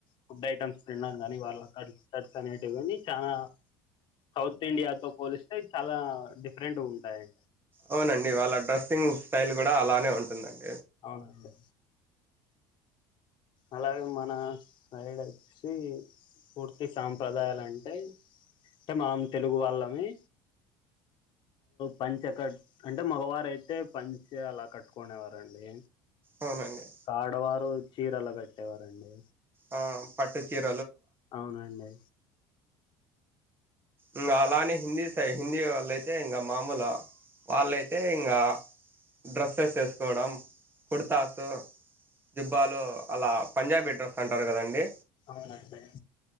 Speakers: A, on the left; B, on the right.
A: ఫుడ్ ఐటమ్స్ తిండం కాని వాళ్ళ కల్చర్స్ అనేటివని చానా సౌత్ ఇండియాతో పోలిస్తే చాలా డిఫరెంట్ ఉంటాయండి
B: అవునండి వాళ్ళ డ్రెస్సింగ్ స్టైల్ కూడా అలానే ఉంటుందండి
A: అవునండి అలాగే మన సైడ్ ఒచ్చి పూర్తి సాంప్రదాయాలు అంటే టే మనం తెలుగు వాళ్ళమీ పంచ కట్ అంటే మగవారు అయితే పంచ అలా కట్టుకునేవారండి
B: అవునండి
A: ఆడవారు ఒచ్చి చీరల కట్టేవారండి
B: ఆ పట్టు చీర
A: అవునండి
B: ఇంగా అలానే హిందీ సై హిందీ వాళ్ళయితే ఇంగా మామూలు వాళ్ళయితే ఇంగా డ్రస్సెస్ వేసుకోవడం కుర్తాస్ జుబ్బాలు అలా పంజాబీ డ్రస్ అం టరు కదండి
A: అవునండి